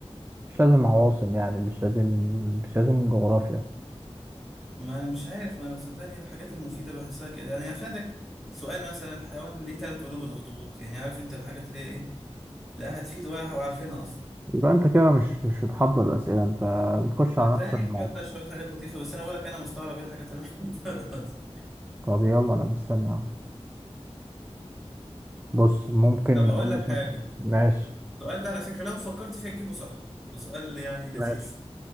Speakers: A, on the right (about 20°); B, in the centre.
A: مش لازم عواصم يعني مش لازم مش لازم جغرافيا
B: ما انا مش عارف ما انا صدقني الحاجات المفيده بحسها كده يعني في عندك سؤال مثلا حيوان ليه ثلاث قلوب الاخطبوط يعني عارف انت الحاجات اللي هي ايه لا هتفيد ولا وعارفينها اصلا
A: يبقى انت كده مش مش بتحضر الاسئله انت بتخش على
B: الدهني
A: نفس الموقع
B: محضر شوية حاجات لطيفة بس أنا بقول لك أنا مستغرب إيه الحاجات اللي محضرها <laughs> دي
A: طب يلا انا مستني اهو بص ممكن
B: طب أقول
A: اقول
B: لك
A: لك
B: حاجة
A: مثلا ماشي
B: السؤال ده على فكرة لو فكرت فيها تجيبه صح وسؤال يعني لذيذ
A: ماشي